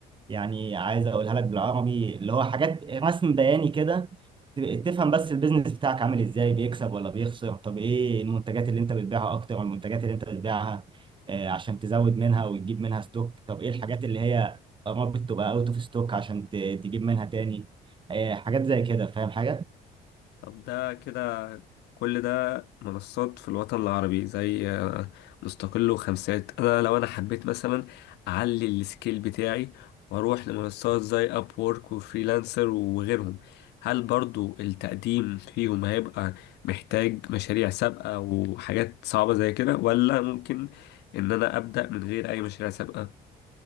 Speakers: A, on the right; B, on the left.
A: يعني عايز اقولها لك بالعربي اللي هو حاجات رسم بياني كده ت- تفهم بس البيزنس بتاعك عامل ازاي بيكسب ولا بيخسر طب ايه المنتجات اللي انت بتبيعها اكتر والمنتجات اللي انت بتبيعها آه، عشان تزود منها وتجيب منها ستوك طب ايه الحاجات اللي هي قربت تبقى اوت اوف ستوك عشان ت- تجيب منها تاني آه، حاجات زي كده فاهم حاجة
B: طب ده كده كل ده منصات في الوطن العربي زي آه، مستقل وخمسات انا لو انا حبيت مثلا اعلي السكيل بتاعي واروح لمنصات زي اب وورك وفريلانسر وغيرهم هل برضو التقديم فيهم هيبقى محتاج مشاريع سابقة وحاجات صعبة زي كده ولا ممكن ان انا ابدأ من غير اي مشاريع سابقة